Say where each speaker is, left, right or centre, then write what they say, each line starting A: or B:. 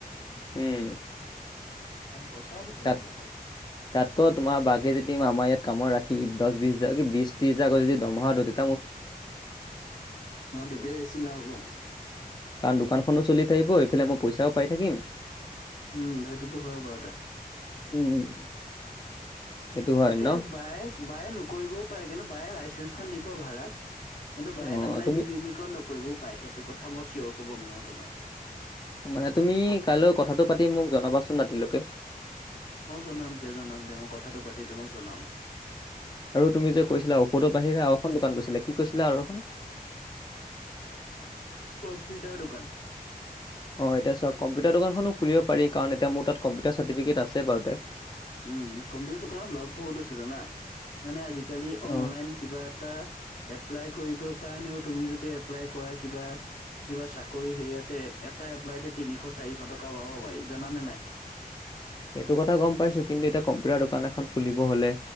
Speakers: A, on the left (about 30°); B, on the left (about 60°).
A: উম।
B: তাত পইচাও দিবলগীয়া
A: তাত,
B: হয়
A: তাতকৈ তোমাৰ বাকী যদি আমাৰ ইয়াত কামত ৰাখি দছ বিছ যা কি বিছ তিছ হাজাৰ কৈ দৰমহা দ দে
B: অ তেতিয়া বেছি লাভ হ'ব।
A: কাৰণ দোকানখনো চলি থাকিব, এইফালে মই পইচাও পাই থাকিম
B: উম সেইটোতো হয় বাৰু দে।
A: উম সেইটো হয়
B: তাকে
A: ন?
B: বায়ে বায়ে নকৰিবও পাৰে কিন্তু বায়ে লাইচেঞ্চখন দিব ভাড়াত। কিন্তু বায়ে
A: অ'
B: তাৰমানে
A: তুমি
B: ক্লিনিকত নকৰিবও পাৰে, সেইটো কথা মই চিয়ৰ ক'ব নোৱাৰো তোমাক।
A: মানে তুমি কাইলৈ কথাটো পাতি মোক জনাবাচোন ৰাতিলৈকে।
B: অঁ জনাম দিয়া জনাম দিয়া, মই কথাটো পাতি তোমাক জনাম।
A: আৰু তুমি যে কৈছিলা ঔষধৰ বাহিৰে আৰু এখন দোকান কৈছিলা, কি কৈছিলে আৰু এখন?
B: কম্পিউটাৰ দোকান।
A: অঁ এতিয়া চাওক কম্পিউটাৰ দোকানখনো খুলিব পাৰি কাৰণ এতিয়া মোৰ তাত কম্পিউটাৰ চাৰটফিকেট আছে বাৰুতে।
B: উম কম্পিউটাৰ দোকানত লাভ বহুত আছে জানা, মানে আজি কালি অনলাইন
A: অ'।
B: কিবা এটা এপ্লাই কৰিব কাৰণেও তুমি যদি এপ্লাই কৰা কিবা, কিবা চাকৰি সেয়াতে এটা এপ্লাই তে তিনিশ- চাৰিশ টকা পাব পাৰি জনা নে নাই?
A: সেইটো কথা গম পাইছো কিন্তু এতিয়া কম্পিউটাৰ দোকান এখন খুলিব হলে